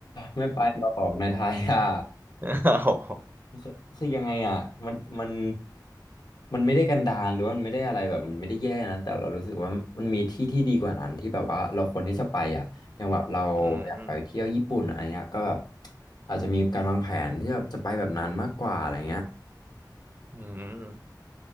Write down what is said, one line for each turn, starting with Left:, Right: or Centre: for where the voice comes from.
Left: ไม่ไปหรอกในไทยอ่ะ
Right: <laughs> โอ้โห
Left: คือคือยังไงอ่ะมันมันมันไม่ได้กันดารหรือว่ามันไม่ได้อะไรแบบมันไม่ได้แย่นะแต่เรารู้สึกว่ามันมีที่ที่ดีกว่านั้นที่แบบว่าเราควรที่จะไปอ่ะอย่างแบบเราอยากไปเที่ยวญี่ปุ่นอะไรเงี้ยก็แบบ
Right: อืม
Left: อาจจะมีการวางแผนที่แบบจะไปแบบนั้นมากกว่าอะไรเงี้ย
Right: อืม